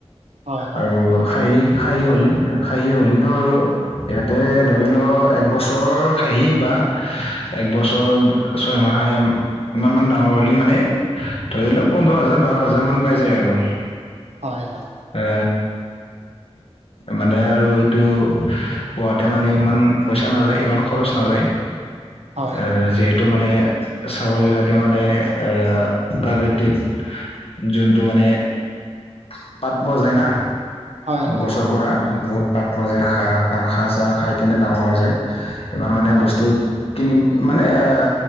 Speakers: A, on the right; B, on the left.
A: হয় হয়
B: আৰু হাৰি খাঁহি হ'লি খাঁহি হ'লিটো আৰু ইহঁতে ধৰি ল এক বছৰ খাহী বা একবছৰ ছয়মাহে ইমান মান ডাঙৰ হ'লি মানে, ধৰি লওঁক পোন্ধৰ হাজাৰ বাৰ হাজাৰ মান পাই যায় আৰু।
A: হয় হয়।
B: এ মানে আৰু এইটো পোৱাতে মানে ইমান পইচা নাযায় ইমান খৰচ নাযায়
A: হয়
B: এ যি টো মানে ছাগলবিলাকে মানে অ' প্ৰাকৃতিক যোনটো মানে, পাত পাত পোৱা যায় না,
A: হয় হয় হয়
B: গছৰ পৰা বহুত পাত পোৱা যায় ঘাঁ খাহ চাহ খাই কেনে ডাঙৰ হৈ যায়, ইমান মানে
A: হয়
B: বস্তু কিনিম মানে এ